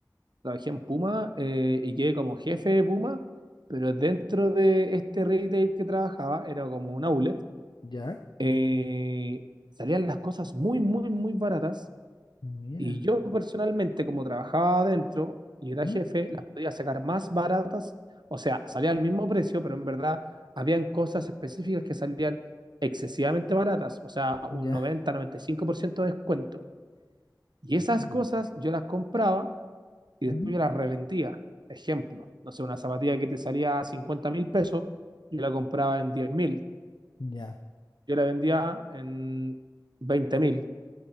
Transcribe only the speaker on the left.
ya,
mira,
¿ah?
Ya,
<laughs>
¿Mm?
ya,